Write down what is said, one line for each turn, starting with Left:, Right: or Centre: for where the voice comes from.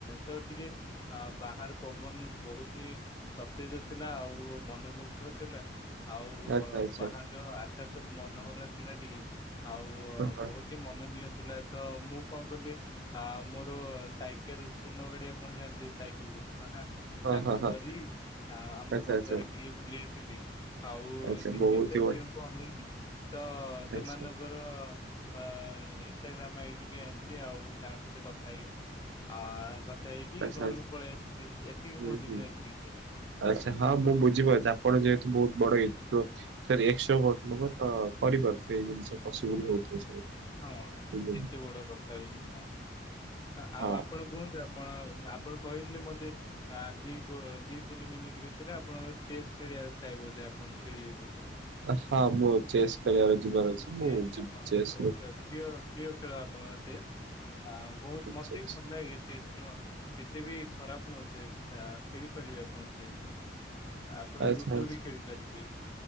Left: ତ ଟିକେ ବାହାର ପବନ ବହୁତ ହିଁ ସତେଜ ଥିଲା ଆଉ ମନମୁଗ୍ଧ ଥିଲା। ଆଉ
Right: ଆଚ୍ଛା ଆଚ୍ଛା।
Left: ବାହାରର ଆକାଶ ମନୋହରା ଥିଲା ଟିକେ। ଆଉ
Right: ହଁ ହଁ
Left: ବହୁତ ହିଁ ମନନୀୟ ଥିଲା ତ ମୁଁ କଣ କଲି ଆ ମୋର ସାଇକେଲ ଶୂନ ଗାଡି ଆପଣା ସାଇକେଲ କୁ ହାଁ ହାଁ ତାକୁ
Right: ହଁ ହଁ ହଁ
Left: ଧରି ଆ ଆମ
Right: ଆଚ୍ଛା
Left: ବଜାରରେ
Right: ଆଚ୍ଛା
Left: ଟିକେ ବୁଲି ଆସିଲି। ଆଉ
Right: ଆଚ୍ଛା
Left: ଦି
Right: ବହୁତ
Left: ତିନିଟା
Right: ହି ବଢିଆ
Left: ଝିଅଙ୍କୁ ଅନେଇବି। ତ ସେମାନଙ୍କର
Right: ଆଚ୍ଛା
Left: ଅ ଇନସଷ୍ଟାଗ୍ରାମ ଆଇଡି ବି ଆଣିଛି ଆଉ ତାଙ୍କ ସହିତ କଥା ହେଇଗଲି ଆ କଥା ହେଇକି
Right: ଆଚ୍ଛା
Left: ଘରକୁ
Right: ଆଚ୍ଛା
Left: ପଳେଇ ଆସଥିଲି ଏତିକି
Right: ହୁଁ
Left: ମୋ ଦିନ
Right: ହୁଁ।
Left: ଏତିକି
Right: ଆଚ୍ଛା ହଁ ମୁଁ ବୁଝିପାରୁଛି ଆପଣ ଯେହେତୁ ବହୁତ ବଡ ଏପ୍ରୋ ସରି ଏଶ୍ସୋ କରିପାରୁଚି। ସେଇ ଜିନିଷ ପଶିବଲ ହଉଥିବ ସବୁ।
Left: ହଁ
Right: ବୁଝିଲି।
Left: ଏତେ ବଡ କଥା ବି ନୁହଁ ଆଉ
Right: ହଁ
Left: ଆପଣ କୁହନ୍ତୁ ଆପ ଆପଣ ଆପଣ କହିଥିଲେ ମତେ ଦି ଦି ତିନି ମିନିଟ୍ ଭିତ ରେ ଆପଣ ଚେସ୍ ଖେଳିବା। ଥାଏ ବୋଧେ ଆପଣ ଖେଳିବେ ବୋଧେ।
Right: ହଁ ମୁଁ ଚେସ୍ ଖେଳିବାର ଯିବାର ଅଛି ମୁଁ
Left: ଇଏ
Right: ଯିବି
Left: ଆପଣ
Right: ଚେସ୍
Left: ବହୁତ
Right: ହଁ
Left: ପ୍ରିୟ ପ୍ରିୟ ଖେଳ ଆପ ଆପଣଙ୍କ ଚେସ୍ ଆ ବହୁତ ମତେ
Right: ଚେସ୍
Left: ବି ଭଲ ଲାଗେ ଚେସ୍ ଖେଳ। ଏତେ ବି ଖରାପ ନୁହଁ ଚେସ୍ଟା ଖେଳି ପାରିବେ ଆପଣ ଚେସ୍। ଆପଣ
Right: ଆଚ୍ଛା।
Left: ଲୁଡୋ ବି ଖେଳିପାରିବେ।